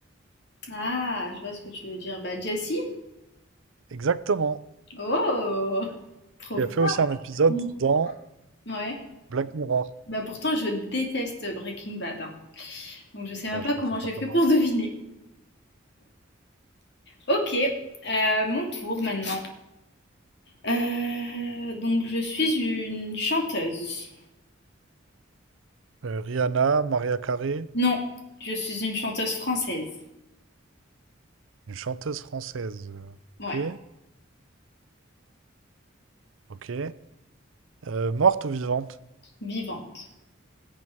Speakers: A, on the left; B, on the right.
A: Ah, je vois ce que tu veux dire. Bah, Jessie?
B: Exactement.
A: Oh, trop
B: Qui
A: froid.
B: a fait aussi un épisode
A: Mm.
B: dans
A: Ouais.
B: Black Mirror.
A: Bah, pourtant, je déteste Breaking Bad. hein. Donc, je sais
B: Bah,
A: même pas
B: je comprends
A: comment
B: pas
A: j'ai
B: comment.
A: fait pour <laughs> deviner. Ok, euh, mon tour maintenant. Euh, donc, je suis une chanteuse.
B: Euh, Rihanna, Maria Carey,
A: Non, je suis une chanteuse française.
B: une chanteuse française. euh,
A: Ouais,
B: Ok, ok. Euh, morte ou vivante?
A: vivante.